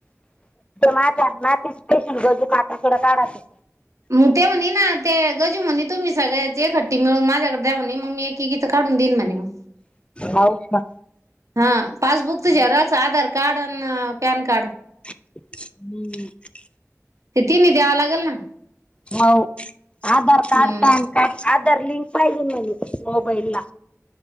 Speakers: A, on the left (about 20°); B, on the right (about 70°).
A: मा माती स्पेशल गजू पाटा डं काढा ते.
B: मग ते म्हणे ना ते गजू म्हणे तुम्ही सगळ्याची एक हट्टी मिळून माझ्याकडे द्यावणे मग मी एकी गीं काढून देईन म्हणे मग
A: हऊच ना.
B: हा पासबुक तर जराच आधार कार्ड आणि पॅन कार्ड.
A: हम्म.
B: ते तिन्ही द्यावं लागेल ना.
A: हो आधार कार्ड,
B: हम्म
A: पॅन. आधर लिंक पाहिजे म्हणे मोबाईल ला